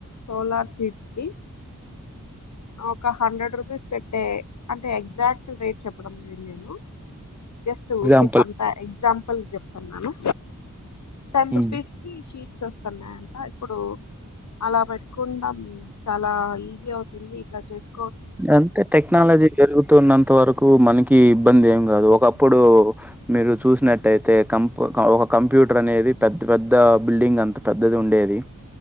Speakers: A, on the left; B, in the centre.
A: సోలార్ సీట్స్కి ఒక హండ్రెడ్ రూపీస్ పెట్టే అంటే ఎగ్జాక్ట్ రేట్ చెప్పడం లేదు నేను just
B: example
A: okay compare example చెప్తాన్నాను టెన్
B: హ్మ్
A: రూపీస్ కి షీట్స్ వస్తున్నాయి అంట ఇప్పుడు అలా పెట్టుకుండం చాలా ఈజీ అవుతుంది ఇట్లా చేసు
B: అంతే టెక్నాలజీ పేరుగుతున్నంత వరకు మనకి కి ఇబ్బంది ఏం కాదు ఒకప్పుడు మీరు చూసినట్టయితే కం ఒక కంప్యూటర్ అనేది పెద్ద పెద్ద బిల్డింగ్ అంత పెద్దది ఉండేది